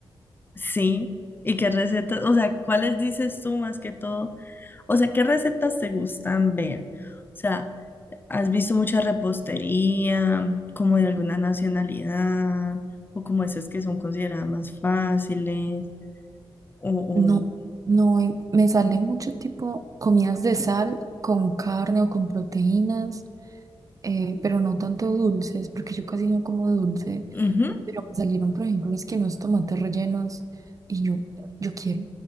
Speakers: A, on the left; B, on the right.
A: Sí. ¿Y qué recetas? O sea, ¿cuáles dices tú más que todo? O sea, ¿qué recetas te gustan ver? O sea, ¿has visto mucha repostería, como de alguna nacionalidad, o como esas que son consideradas más fáciles? O, o-
B: No, no, eh, me sale mucho tipo comidas de sal con carne o con proteínas. eh, pero no tanto dulces, porque yo casi no como dulce,
A: Ujú.
B: pero me salieron, por ejemplo, es que unos tomates rellenos y yo, yo quiero,